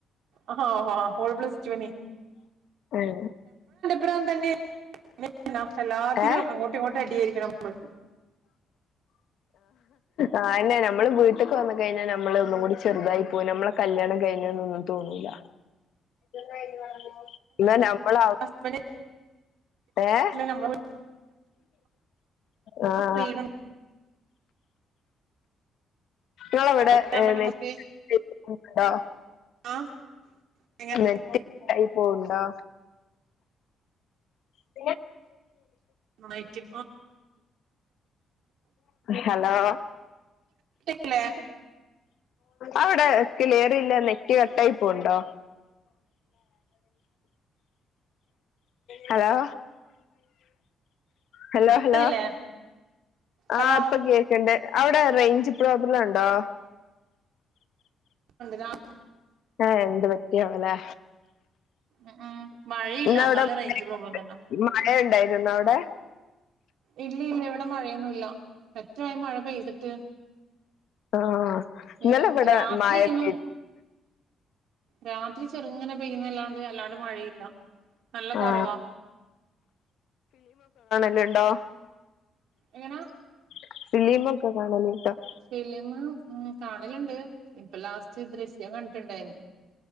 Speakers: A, on the right; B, on the left.
A: ആഹ് ഓള് പ്ലസ് ടുന്
B: ഏഹ്
A: പറം തന്നെ <inaudible> <unintelligible> എല്ലാത്തിനും
B: ഏഹ്
A: അങ്ങോട്ടും ഇങ്ങോട്ട് അടിയായിരിക്കണം നമ്മള്
B: ആ അയെന്നെ ഞമ്മള് വീട്ട്‌ക്ക് വന്ന് കഴിഞ്ഞാ ഞമ്മള് ഒന്നും കൂടി ചെറുതായി പോവും നമ്മളെ കല്യാണം കഴിഞ്ഞുനൊന്നും തോന്നൂല <inaudible> എന്നാ ഞമ്മള്
A: ഹസ്ബൻഡ്
B: ഏ
A: നമ്മള്
B: ആഹ
A: ഫ്രീഡം
B: നിങ്ങളവിടെ
A: ഉണ്ടാകുമ്പോ
B: ഏഹ്
A: നമുക്ക്
B: <inaudible> ഡാ
A: ആഹ് എങ്ങനെ
B: നെട്ടി <unintelligible> പോവ്ണ്ടോ <inaudible>
A: നന്നായിട്ട്
B: ഹലോ
A: ല്ലേ
B: ആവിടെ ക്ലിയർ ഇല്ലന്നേ റ്റ് കട്ടായിപൊവ്ണ്ടോ ഹലോ ഹലോ ഹലോ
A: കേക്കുന്നില്ലേ
B: ആഹ്
A: ഹലോ
B: ഇപ്പൊ കേക്ക്ണ്ട് അവിടെ റെയ്ഞ്ച് പ്രോബ്ലം ഉണ്ടോ
A: ഉണ്ട് രാ
B: ഏ എന്ത് പറ്റി ആവൂലേ
A: ഉം ഉം മഴയില്ല
B: ഇന്നവടെ
A: എന്നാലും റേഞ്ച് പ്രോബ്ലം
B: <inaudible>
A: തന്നെ
B: മഴ ഇണ്ടായി <unintelligible> ടെ
A: ഇല്ല ഇല്ല ഇവിടെ മഴയൊന്നും ഇല്ല എത്രയായി മഴ പെയ്തിട്ട്
B: ആ ഇന്നലെ
A: ഏഹ്
B: വെടെ
A: രാത്രി
B: മഴ
A: ഇങ്ങനെ
B: പെയത്
A: രാത്രി ചെർങ്ങനെപെയ്യും ന്നല്ലാണ്ട് അല്ലാ ടെ മഴയില്ല നല്ല കുറവാ
B: ആ ന്നെണ്ടോ
A: എങ്ങനാ
B: <unintelligible> ട്ടോ
A: ഫിലീമ് ഉം കാണല്ണ്ട് ഇപ്പം ലാസ്റ്റ് ദൃശ്യം കണ്ടിട്ട്ണ്ടായിരുന്നു.